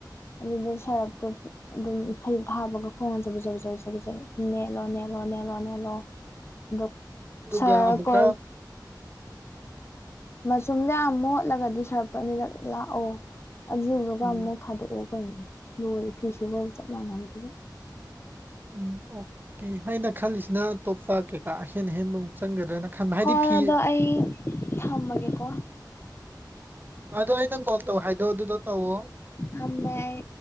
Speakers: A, on the left; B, on the right.
A: ꯑꯗꯨꯗꯣ ꯁꯔꯞ ꯇꯣꯞꯄꯤ ꯑꯗꯨꯝ ꯐꯩꯌꯨꯞꯇꯣ ꯍꯥꯞꯄꯒ ꯈꯣꯡꯅ ꯆꯕꯤꯠ ꯆꯕꯤꯠ ꯆꯕꯤꯠ ꯆꯕꯤꯠ ꯆꯕꯤꯠ ꯅꯦꯠꯂꯣ ꯅꯦꯠꯂꯣ ꯅꯦꯠꯂꯣ ꯅꯦꯠꯂꯣ ꯑꯗꯣ
B: ꯑꯗꯨꯒ
A: ꯁꯔꯞꯀ
B: ꯑꯃꯨꯛꯀ
A: ꯃꯆꯨꯝꯗꯣ ꯌꯥꯝ ꯃꯣꯠꯂꯒꯗꯤ ꯁꯔꯞꯇꯣ ꯑꯅꯤꯔꯛ ꯂꯥꯛꯑꯣ ꯑꯗꯨꯗꯨꯒ
B: ꯎꯝ
A: ꯑꯃꯨꯛ ꯊꯥꯗꯣꯛꯑꯣ ꯀꯩꯅꯣ ꯂꯣꯏꯔꯦ ꯐꯤꯁꯨꯕꯧ ꯆꯞ ꯃꯥꯟꯅꯕꯗꯨꯕꯨ
B: ꯎꯝ ꯑꯣꯀꯦ ꯑꯩꯅ ꯈꯜꯂꯤꯁꯤꯅ ꯑꯇꯣꯞꯄ ꯀꯩꯀꯥ ꯑꯍꯦꯟ ꯑꯍꯦꯟꯕ ꯆꯪꯒꯗ꯭ꯔꯅ ꯈꯟꯕ ꯍꯥꯏꯗꯤ
A: ꯍꯣꯏ
B: ꯐꯤ
A: ꯑꯗꯣ ꯑꯩ ꯊꯝꯃꯒꯦꯀꯣ
B: ꯑꯗꯣ ꯑꯩ ꯅꯪ ꯀꯣꯜ ꯇꯧ ꯍꯥꯏꯗꯣ ꯑꯗꯨꯗꯣ ꯇꯧꯋꯣ
A: ꯊꯝꯃꯦ ꯑꯩ